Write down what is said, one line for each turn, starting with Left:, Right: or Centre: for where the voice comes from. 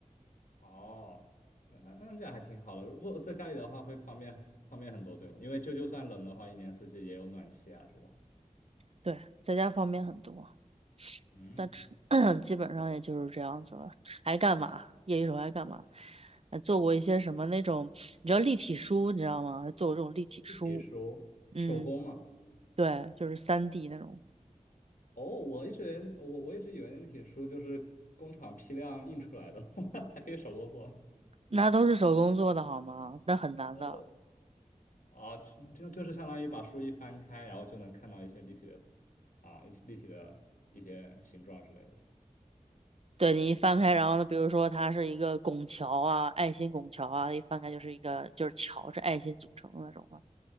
Left: 哦，那那这样还挺好的。如果在家里的话，会方便方便很多，对吗？因为就就算冷的话，一年四季也有暖气啊这种。
Right: 对，在家方便很多，
Left: 嗯。
Right: 但吃 <coughs> <clears throat> 基本上也就是这样子了。还干嘛？业余时候还干嘛？还做过一些什么那种，你知道立体书，你知道吗？还做过这种立体书。
Left: 立体书手工嘛。
Right: 嗯，对，就是三 d 那种，
Left: 哦，我一直连我我一直以为立体书就是工厂批量印出来的，<laughs> 还可以手工做。
Right: 那都是手工做的好吗？那很难的。
Left: 哦，啊，就就就是相当于把书一翻开，然后就能看到一些立体的啊立体立体的一些形状之类的。
Right: 对，你一翻开，然后呢，比如说它是一个拱桥啊，爱心拱桥啊，一翻开就是一个就是桥是爱心组成的那种啊，